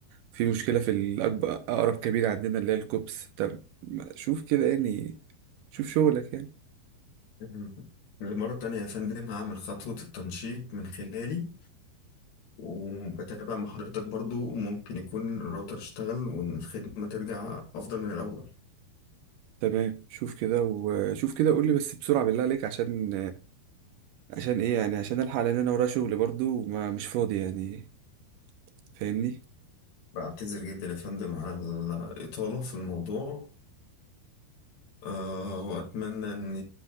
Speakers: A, on the right (about 70°); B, on the left (about 85°).
A: في مشكله في الأكبر اقرب كابينه عندنا اللي هي الكوبس طب ما- شوف كده يعني شوف شغلك يعني
B: مهم. لمرة تانية يا فندم هعمل خطوة التنشيط من خلالي وبتابع مع حضرتك برضو ممكن يكون الراوتر اشتغل والخدمة ترجع أفضل من الأول
A: تمام شوف كده وشوف كده قول لي بس بسرعه بالله عليك عشان عشان ايه يعني عشان الحق لان انا ورايا شغل برضو وما مش فاضي يعني فاهمني
B: بعتذر جدا يا فندم على الإطالة في الموضوع أه وأتمنى إن